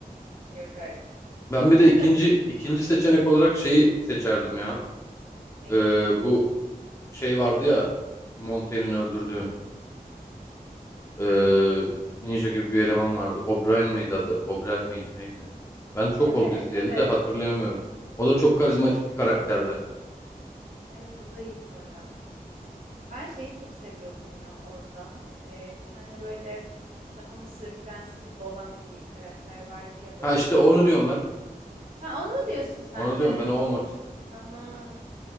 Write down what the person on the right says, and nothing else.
Yok artık.
Bu arada
neyi?
Hmm,
Evet,
evet.
Evet o da iyiydi bayağı. Ben şeyi çok seviyordum ya orada. E, bir tane böyle daha Mısır prensi gibi olan bir karakter vardı ya böyle
yakışıklı.
Ha onu mu diyorsun sen
de?
Tamam.